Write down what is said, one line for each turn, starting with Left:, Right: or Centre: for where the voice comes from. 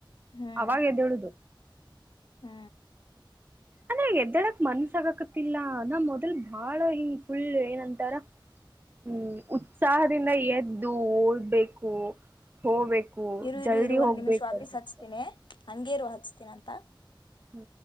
Left: ಹ್ಮ್
Right: ಅವಾಗ ಎದ್ದ ಹೇಳುದು
Left: ಹ್ಮ್
Right: ಅಂದ್ರೆ ಎದ್ದಾಡಕ್ ಮನ್ಸಾಗಕತಿಲ್ಲ ಅ ನ ಮೊದಲ್ ಬಾಳ ಹಿಂಗ್ ಫುಲ್ ಏನಂತಾರ ಹ್ಮ್ ಉತ್ಸಾಹದಿಂದ ಎದ್ದು ಓಡ್ಬೇಕು ಹೋಗ್ಬೇಕು
Left: ಇರು ಇರು
Right: ಜಲ್ದಿ
Left: ಇರುವ ಒಂದ
Right: ಹೋಗ್ಬೇಕು
Left: ನಿಮಿಷ ವಾಪೀಸ್
Right: ಅ
Left: ಹಚ್ತೀನಿ ಹಂಗೇರು ಹಚ್ತೀನಂತ
Right: ಹ್ಮ